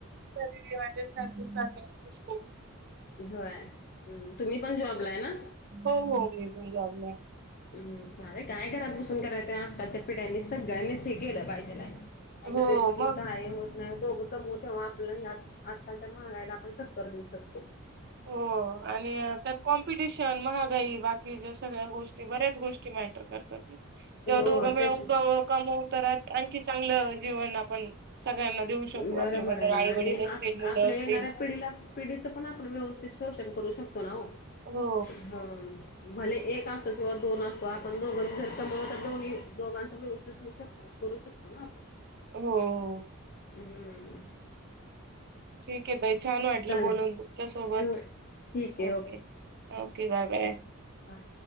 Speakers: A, on the right; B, on the left.
A: घरी माझे सासूू सासरे दिर <inaudible>
B: होय तुम्ही पण जॉबलाय ना
A: हो हो मी पण जॉबला हाय
B: हम् चालेल काय घरात बुसून करायचंय आजकालच्या पिढ्यांनी सगळ्यांनीच हे केलं पाहिजेल हाय नाही
A: हो
B: घरी बसून
A: मग
B: काय होत नाही दोघं कमवत तेव्हा आपल्या आजकालच्या महागाईला आपण टक्कर देऊ शकतो
A: हो आणि त्यात कॉम्पिटिशन महागाई बाकी किच्या सगळ्या गोष्टी बऱ्याच गोष्टी मॅटर करत तात जेव्हा
B: हो
A: दोघ मिळून
B: तेच
A: कमवू होत राह आणखी चांगलं जीवन आपण सगळ्यांना देऊ शकू
B: बरोबर
A: आपले वदर
B: आहे ना
A: आई
B: आणि
A: वडील असतील,
B: आपल्या
A: मुलं असतील.
B: येणाऱ्या पिढीला पिढीचं पण आपण व्यवस्थित शोषण करू शकतो ना ओ
A: हो
B: हम भले एक असतो किंवा दोन असतो आपण दोघ जर सम तर दोन्ही दोघांच व्यवस्थित होऊ शकत करू शकतो ना आपण
A: हो
B: हम्
A: ठीक आहे तई छान वाटलं
B: चालेल
A: बोलून तुमच्यासोबत
B: हो, ठीक आहे
A: okay okay bye bye
B: bye.